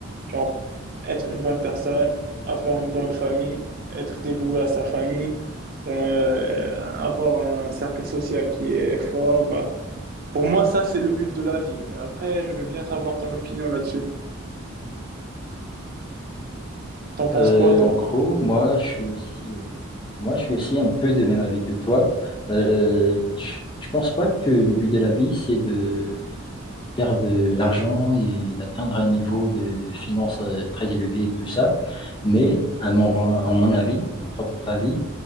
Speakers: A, on the right; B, on the left.
A: Genre, être une bonne personne, avoir une bonne famille, être dévoué à sa famille, euh, avoir un cercle social qui est fort. Pour moi, ça, c'est le but de la vie. Mais après, je veux bien savoir ton opinion là-dessus. T'en penses
B: Euh,
A: quoi, toi?
B: en gros, moi, je suis aussi, Moi, je suis aussi un peu de même avis que toi. Euh, je je pense pas que le but de la vie, c'est de faire de l'argent et d'atteindre un niveau de finances euh, très élevé et tout ça. Mais à mon, à mon avis, mon propre avis,